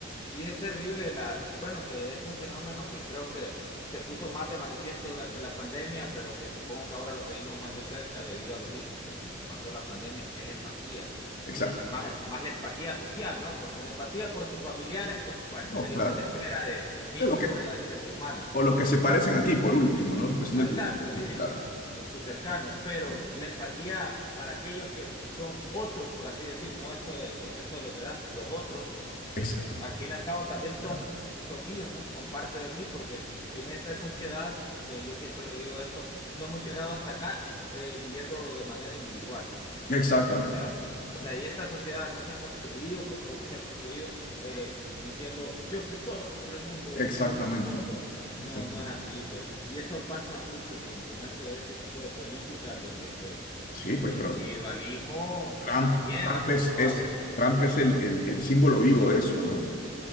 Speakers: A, on the left (about 20°); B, on the left (about 45°).
A: Sí, es terrible la, bueno, que es un fenómeno que creo que se puso más de manifiesto durante la pandemia, pero que supongo que ahora lo seguimos más de cerca debido a lo mismo que pues nos pasó la pandemia, que es la empatía
B: Exacto.
A: y más más la empatía social, ¿no? Porque la empatía por tus familiares, pues bueno,
B: No,
A: es
B: claro.
A: lo que se espera de mínimo
B: De los que,
A: de la decencia humana.
B: o los que se parecen a ti, por último, ¿no? Los que son
A: Ah,
B: de tu.
A: Exacto,
B: ¿no?
A: sí,
B: Claro.
A: tu- tu- tus cercanos, pero
B: Sí.
A: la empatía para aquellos que son otros, por así decirlo, no eso de concepto de la otredad, los otros, que
B: Exacto.
A: s- al fin y al cabo también
B: ¿verdad?
A: son, son míos, ¿no? Son parte de mí, porque en esta sociedad, que yo siempre lo digo esto, no hemos llegado hasta acá eh, viviendo de manera individual.
B: Exactamente.
A: O sea,
B: Exact-
A: o sea, y esta sociedad no se ha construido por cómo se ha construido eh, diciendo yo soy solo contra el mundo
B: Exactamente.
A: y solo yo importo.
B: Exactamente.
A: No, no es así, pues. Y eso pasa mucho con, con esto de este tipo de políticas donde pues
B: Sí,
A: el
B: pues, pero
A: individualismo
B: Trump,
A: está bien
B: Trump
A: acentuado.
B: es, es- Trump es el, el- el símbolo vivo de eso, ¿no?